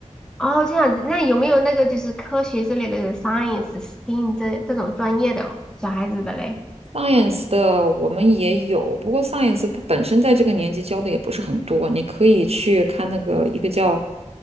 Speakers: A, in the centre; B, on the right.
A: 哦这样子。那有没有那个就是科学之类的有 science、s t e m 这这种专业的小孩子的嘞？
B: Science 的我们也有，不过 Science 它本身在这个年级教的也不是很多，你可以去看那个一个叫